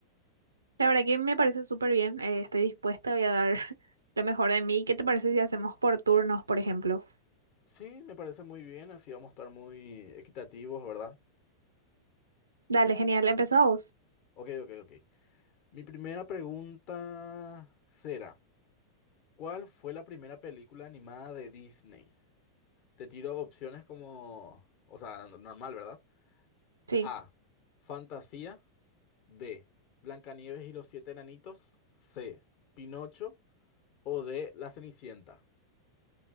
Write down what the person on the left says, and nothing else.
Sí, me parece muy bien, así vamos a estar muy equitativos, ¿verdad?
Ok, ok, ok. Mi primera pregunta será, ¿cuál fue la primera película animada de Disney? Te tiro opciones como, o sea, n- normal, ¿verdad?
A, Fantasía, B, Blancanieves y los siete enanitos, C, Pinocho o D, La Cenicienta.